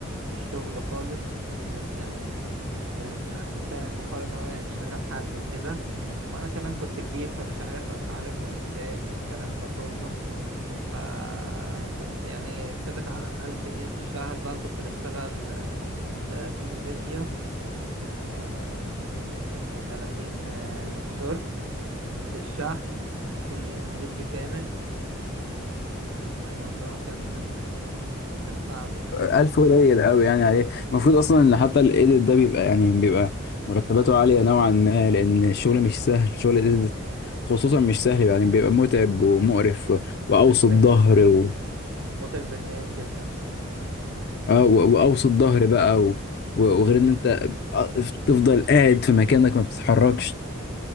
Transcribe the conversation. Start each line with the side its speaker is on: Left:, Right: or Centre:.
Right: الشغل خالص ما كانش يعني آه، ع- فاهم في حوار ان هو يشغل حد وكده وانا كمان كنت جديد فمش عارف اسعار المونتاج والكلام ده كله فكنت يعني ثابت على الألف دي في الشهر بقى كنت بشتغل 30 فيديو آه و30 آه شورت في الشهر كل يوم فيديو كامل فالموضوع كان كان صعب يعني
Left: ألف قليل قوي يعني عليه المفروض أصلا إن حتى الإيديت ده بيبقى يعني بيبقى مرتباته عالية نوعا ما لأن الشغل مش سهل شغل الإيديت خصوصا مش سهل يعني بيبقى متعب ومقرف و...
Right: متعب
Left: وأوسط
Right: ذهنيا
Left: ظهر و...
Right: متعب ذهنيا جدا
Left: آه و... وأوسط ظهر بقى و... و- وغير إن أنت آه، تفضل قاعد في مكانك ما بتتحركش